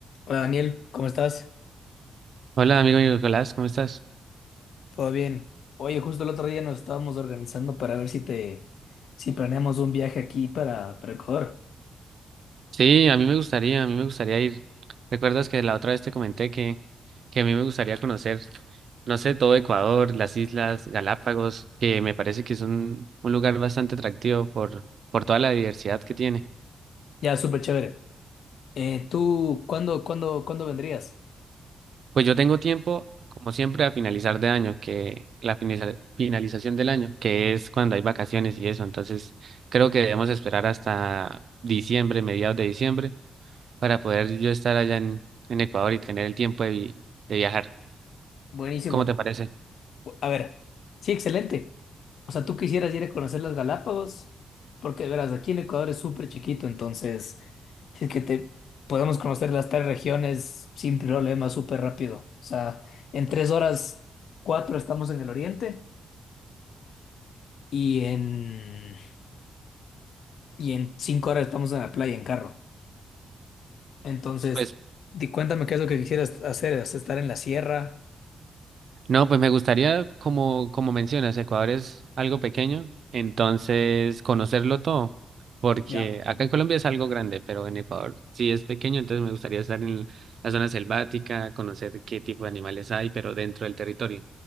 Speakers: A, on the left; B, on the right.
A: Hola Daniel, ¿cómo estás?
B: Hola, amigo Nicolás, ¿cómo estás?
A: ¿Todo bien? Oye, justo el otro día nos estábamos organizando para ver si te, si planeamos un viaje aquí para, para Ecuador.
B: Sí, a mí me gustaría, a mí me gustaría ir. ¿Recuerdas que la otra vez te comenté que, que a mí me gustaría conocer, no sé, todo Ecuador, las islas Galápagos, que me parece que es un, un lugar bastante atractivo por, por toda la diversidad que tiene?
A: Ya, súper chévere. Eh, ¿tú cuándo, cuándo, cuándo vendrías?
B: Pues yo tengo tiempo, como siempre, a finalizar de año, que la finiza- finalización del año, que es cuando hay vacaciones y eso. Entonces, creo que debemos esperar hasta diciembre, mediados de diciembre para poder yo estar allá en, en Ecuador y tener el tiempo de, vi- de viajar.
A: Buenísimo.
B: ¿Cómo te parece?
A: A ver, sí, excelente. O sea, tú quisieras ir a conocer las Galápagos, porque verás, aquí en Ecuador es súper chiquito, entonces, si es que te podemos conocer las tres regiones sin problema, súper rápido. O sea, en tres horas, cuatro estamos en el oriente. y en, y en cinco horas estamos en la playa en carro. Entonces,
B: Pues
A: di, cuéntame qué es lo que quisieras hacer, ¿es estar en la sierra?
B: no, pues me gustaría, como, como mencionas, Ecuador es algo pequeño, entonces conocerlo todo, porque
A: Ya,
B: acá en Colombia es algo grande, pero en Ecuador sí es pequeño, entonces me gustaría estar en la zona selvática, conocer qué tipo de animales hay, pero dentro del territorio.